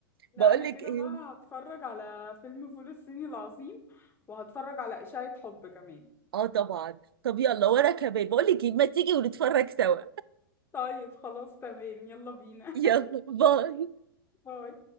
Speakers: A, on the left; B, on the right.
A: لا
B: بقول
A: انا
B: لك
A: كده
B: ايه
A: بقى هتفرج على فيلم فول الصين العظيم وهتفرج على اشاعة حب كمان
B: اه طبعا طب يلا وراك يا بيه بقول لك ايه ما تيجي ونتفرج سوا
A: طيب خلاص تمام يلا بينا
B: يلا باي
A: <laughs> باي